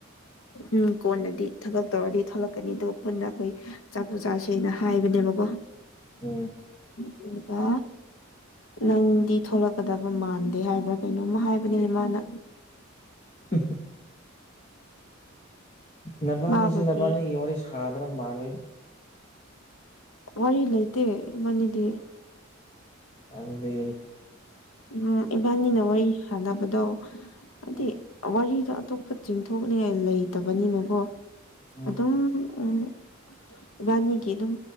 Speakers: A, on the left; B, on the left.
A: ꯎꯝ ꯀꯣꯟꯅꯗꯤ ꯊꯕꯛ ꯇꯧꯔꯗꯤ ꯊꯂꯛꯀꯅꯤ ꯑꯗꯨꯒ ꯄꯨꯟꯅ ꯑꯩꯈꯣꯏ ꯆꯥꯛꯄꯨ ꯆꯥꯥꯁꯦꯅ ꯍꯥꯏꯕꯅꯦꯕꯀꯣ
B: ꯑꯣꯝ
A: ꯑꯗꯨꯒ ꯅꯪꯗꯤ ꯊꯣꯛꯂꯛꯀꯗꯕ ꯃꯥꯟꯗꯦ ꯍꯥꯏꯕ꯭ꯔꯥ ꯀꯩꯅꯣꯝꯃ ꯍꯥꯏꯕꯅꯤꯅꯦ ꯃꯥꯅ
B: <unintelligible> ꯅꯕꯥꯅꯤꯁꯦ
A: ꯃꯥꯕꯨꯗꯤ
B: ꯅꯕꯥꯅꯤꯒꯤ ꯋꯥꯔꯤ ꯁꯥꯗ꯭ꯔꯕ ꯃꯥꯜꯂꯤ
A: ꯋꯥꯔꯤꯔꯤ ꯂꯩ ꯂꯩꯇ ꯃꯅꯤꯗꯤ
B: ꯅꯪꯗꯤ
A: ꯎꯝ ꯏꯕꯥꯅꯤꯅ ꯋꯥꯔꯤ ꯁꯥꯟꯅꯕꯗꯣ ꯍꯥꯏꯗꯤ
B: ꯎꯝ
A: ꯋꯥꯔꯤꯗꯣ ꯑꯇꯣꯞꯄ ꯆꯤꯡꯊꯣꯛꯅꯤꯡꯉꯥꯏ ꯂꯩꯇꯕꯅꯤꯅꯀꯣ
B: ꯎꯝ
A: ꯑꯗꯨꯝ
B: ꯎꯝ
A: ꯎꯝ ꯢꯕꯥꯅꯤꯒꯤ ꯑꯗꯨꯝ